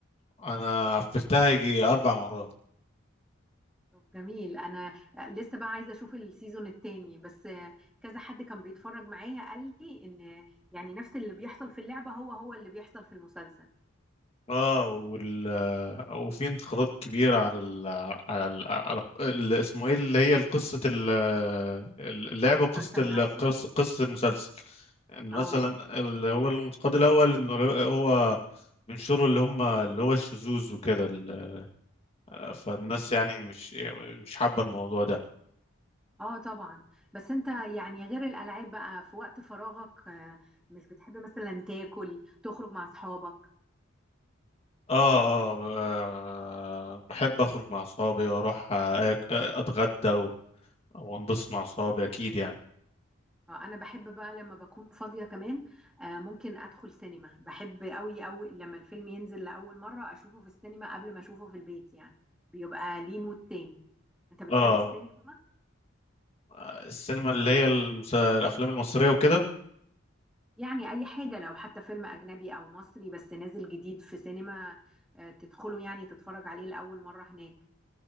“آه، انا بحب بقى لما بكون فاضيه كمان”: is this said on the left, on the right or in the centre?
Centre